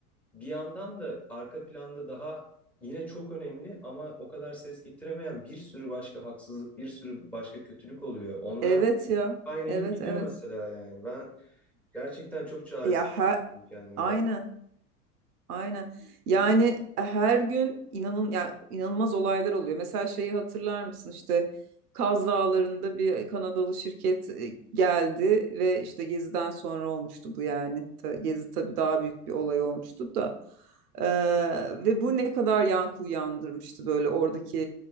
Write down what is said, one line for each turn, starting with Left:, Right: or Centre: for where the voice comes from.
Centre: bir yandan da arka planda daha yine çok önemli ama o kadar ses getiremeyen bir sürü başka haksızlık, bir sürü başka kötülük oluyor. Onlar
Right: Evet ya.
Centre: kaynayıp
Right: Evet,
Centre: gidiyor
Right: evet.
Centre: mesela yani. Ben gerçekten çok çaresiz
Right: Ya her,
Centre: hissediyorum kendimi
Right: aynen,
Centre: ya.
Right: aynen. Yani her gün inanın ya inanılmaz olaylar oluyor. Mesela şeyi hatırlar mısın? İşte Kaz Dağları'nda bir Kanadalı şirket e, geldi ve işte Gezi'den sonra olmuştu bu yani. Ta- Gezi tabii daha büyük bir olay olmuştu da. Ee, ve bu ne kadar yankı uyandırmıştı böyle oradaki